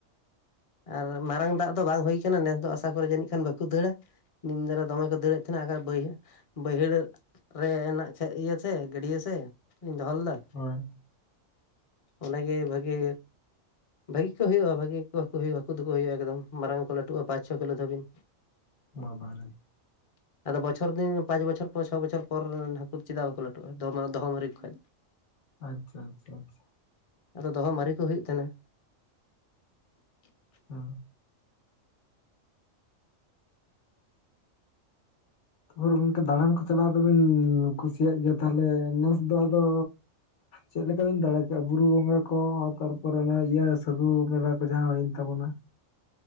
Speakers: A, on the left (about 30°); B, on the left (about 60°).
A: ᱟᱨ ᱢᱟᱨᱟᱝ ᱫᱟᱜ ᱫᱚ ᱵᱟᱝ ᱦᱩᱭ ᱠᱟᱱᱟ ᱱᱮᱥ ᱫᱚ ᱟᱥᱟ ᱠᱚᱨᱮ ᱡᱟᱹᱱᱤᱡ ᱠᱷᱟᱱ ᱵᱟᱠᱚ ᱫᱟᱹᱲᱟ᱾ ᱵᱩᱱᱱᱟᱹ ᱨᱮ ᱫᱚᱢᱮ ᱠᱚ ᱫᱟᱹᱲᱮᱫ ᱛᱟᱦᱮᱱᱟ ᱟᱨ ᱵᱟᱹᱭ ᱵᱟᱹᱭᱦᱟᱹᱲᱼᱼ ᱨᱮ ᱨᱮᱱᱟᱜ ᱤᱭᱟᱹ ᱥᱮ ᱜᱟᱹᱰᱭᱟᱹ ᱥᱮ ᱞᱤᱧ ᱫᱚᱦᱚ ᱞᱮᱫᱟ᱾
B: ᱦᱳᱭ᱾
A: ᱚᱱᱟᱜᱮ ᱵᱷᱟᱜᱮ ᱵᱷᱟᱜᱤ ᱠᱚ ᱦᱩᱭᱩᱜᱼᱟ ᱵᱷᱟᱜᱤ ᱜᱮᱠᱚᱼᱼ ᱦᱩᱭᱩᱜ-ᱟ ᱦᱟᱹᱠᱩ ᱫᱚᱠᱚ ᱦᱩᱭᱩᱜᱼᱟ ᱮᱠᱫᱚᱢ ᱢᱟᱨᱟᱝ ᱠᱚ ᱞᱟᱹᱴᱩᱜᱼᱟ ᱯᱟᱸᱪ-ᱪᱷᱚ ᱠᱤᱞᱳ ᱫᱷᱟᱹᱵᱤᱱ᱾
B: ᱵᱟᱵᱟ ᱨᱮ!
A: <inaudible> ᱟᱫᱚ ᱵᱚᱪᱷᱚᱨ ᱫᱤᱱ ᱯᱟᱸᱪ ᱵᱚᱪᱷᱚᱨ ᱯᱚᱨ ᱪᱷᱚ ᱵᱚᱪᱚᱨ ᱨᱮᱱ ᱦᱟᱹᱠᱩ ᱫᱚ ᱪᱮᱫᱟᱜ ᱵᱟᱠᱚ ᱞᱟᱹᱴᱩᱜᱼᱟ ᱫᱚᱦᱚ ᱢᱟᱹᱨᱤ ᱠᱚ ᱠᱷᱚᱡ᱾ <inaudible>
B: ᱟᱪᱪᱷᱟ ᱟᱪᱪᱷᱟ ᱟᱪᱪᱷᱟ᱾
A: ᱟᱫᱚ ᱫᱚᱦᱚ ᱢᱟᱨᱮ ᱠᱚ ᱦᱩᱭᱩᱜ ᱛᱟᱦᱮᱱᱟ᱾ <unintelligible>
B: ᱚ᱾ ᱛᱟᱯᱚᱢᱨᱚ ᱜᱚᱝᱠᱮ ᱫᱟᱬᱟᱱ ᱠᱚ ᱪᱟᱞᱟᱣ ᱫᱚᱵᱧ ᱠᱩᱥᱤᱭᱟᱜ ᱜᱮᱭᱟ ᱛᱟᱦᱚᱞᱮ ᱱᱮᱥ ᱫᱚ ᱟᱫᱚᱼᱼ
A: <unintelligible>
B: ᱪᱮᱫ ᱞᱮᱠᱟ ᱵᱤᱱ ᱫᱟᱲᱮᱠᱮᱜᱼᱟ ᱵᱩᱨᱩ ᱵᱚᱸᱜᱟ ᱠᱚ ᱛᱟᱨᱯᱚᱨᱮ ᱚᱱᱮ ᱤᱭᱟᱹ ᱥᱟᱹᱜᱩ ᱢᱮᱞᱟ ᱠᱚ ᱡᱟᱦᱟᱸ ᱦᱩᱭᱮᱱ ᱛᱟᱵᱚᱱᱟ᱾